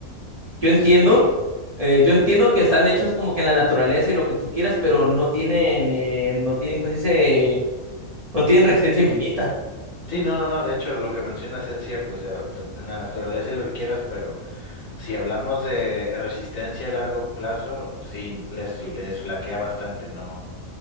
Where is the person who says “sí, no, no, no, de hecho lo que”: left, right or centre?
Left